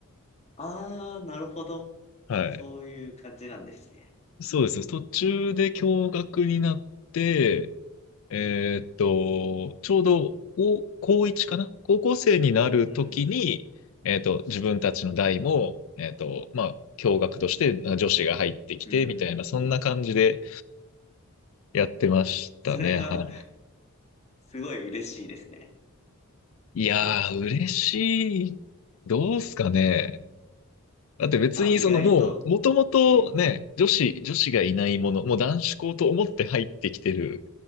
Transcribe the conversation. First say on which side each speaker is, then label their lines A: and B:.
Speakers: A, on the left; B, on the left.
A: ああ、なるほど。
B: はい。
A: そういう感じなんですね。
B: そうです。途中で共学になって、えーっと、ちょうど高、高1かな高校生になるときに、
A: うん。
B: えーっと、自分たちの代も、えーっと、まあ、共学としてあ女子が入ってきて、
A: うん。
B: みたいな、そんな感じでやってましたね。
A: それは、
B: はい。
A: すごい嬉しいですね。
B: いやー、
A: <laughs>
B: 嬉しい。どうすかね。だって別にそのもう、
A: あ、意外と。
B: もともとね、
A: うん。
B: 女子、女子がいないもの、もう男子校と思って入ってきてる